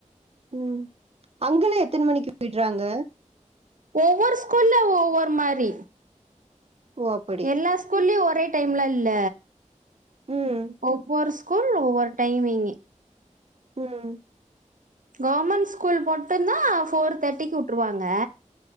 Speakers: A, on the right; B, on the right.
A: உம் அங்கல்லா எத்தன மணிக்கு விய்ட்றாங்க
B: ஓவ்வோர் ஸ்கூல்ல ஒவ்வொரு மாரி
A: ஓ அப்படி
B: எல்லா ஸ்கூல்லயும் ஒரே டைம்ல இல்ல
A: ம்
B: ஒவ்வொரு ஸ்கூல் ஒவ்வொரு டைமிங்க
A: உம்
B: கவர்மெண்ட் ஸ்கூல் மட்டும் தான் போஃர் தேர்ட்டிக்கு விட்டுருவாங்க